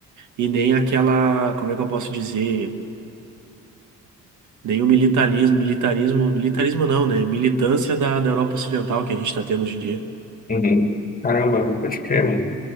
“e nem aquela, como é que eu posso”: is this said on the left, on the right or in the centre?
Right